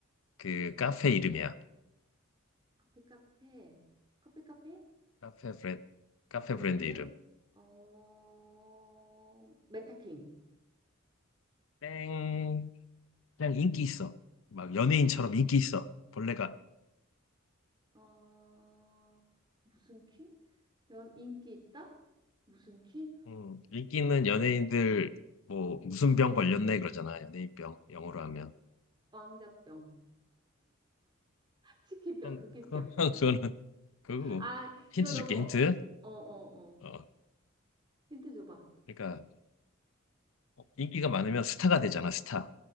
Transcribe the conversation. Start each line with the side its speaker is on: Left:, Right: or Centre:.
Left: 그 카페 이름이야.
Right: 커피 카페. 커피 카페?
Left: 카페 브랜드 카페
Right: 브랜드?
Left: 브랜드 이름.
Right: 어, 메타킹.
Left: 땡 그냥 인기 있어. 막 연예인처럼 인기 있어. 벌레가.
Right: 어, 무슨 킹? 연, 인기 있다? 무슨 킹?
Left: 음, 인기 있는 연예인들 뭐 무슨 병 걸렸네 그러잖아. 연예인병 영어로 하면.
Right: 왕자병. <laughs> 치킨병,
Left: 그건
Right: 도끼병.
Left: 그건 <laughs> 그거는 그거고.
Right: 아,
Left: 힌트
Right: 이거 너무,
Left: 줄게 힌트.
Right: 어, 어, 어.
Left: 어
Right: 힌트 줘봐.
Left: 그러니까 인기가 많으면 스타가 되잖아 스타.